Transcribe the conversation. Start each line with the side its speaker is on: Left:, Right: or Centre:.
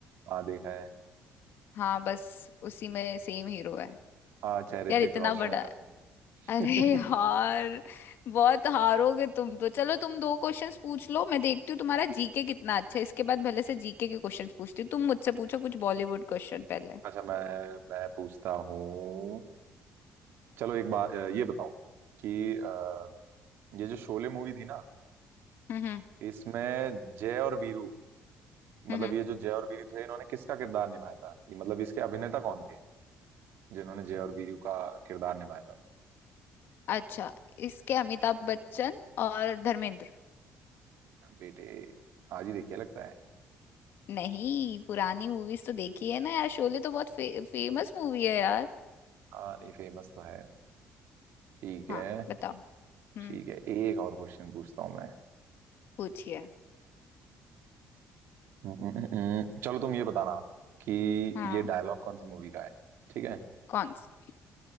Right: हाँ देखा है
Left: हाँ बस उसी में सेम हीरो है
Right: अच्छा ऋतिक
Left: यार इतना
Right: रोशन
Left: बड़ा <laughs> है अरे
Right: <laughs>
Left: यार बहुत हारोगे तुम तो चलो तुम दो क्वेश्चंस पूछ लो मैं देखती हूँ तुम्हारा जीके कितना अच्छा है इसके बाद भले से जीके के क्वेश्चंस पूछती हूँ तुम मुझसे पूछो कुछ बॉलीवुड क्वेश्चन पहले
Right: अच्छा मैं मैं पूछता हूँ चलो एक बात अ, ये बताओ कि अ, ये जो शोले मूवी थी ना
Left: हम्म हम्म
Right: इसमें जय और वीरू मतलब
Left: हम्म।
Right: ये जो जय और वीरू थे इन्होंने किसका किरदार निभाया था ये मतलब इसके अभिनेता कौन थे जिन्होंने जय और वीरू का किरदार निभाया था
Left: अच्छा इसके अमिताभ बच्चन और धर्मेंद्र
Right: बेटे आज ही देखिए लगता है
Left: नहीं पुरानी मूवीज तो देखी है ना यार शोले तो बहुत फे, फेमस मूवी है यार
Right: हाँ नहीं फेमस तो है ठीक है
Left: हाँ बताओ हम्म
Right: ठीक है एक और क्वेश्चन पूछता हूँ मैं
Left: पूछिए
Right: हम्म, हम्म, हम्म। चलो तुम ये बताना कि
Left: हाँ
Right: ये डायलॉग कौन सी मूवी का है ठीक है
Left: कौन सा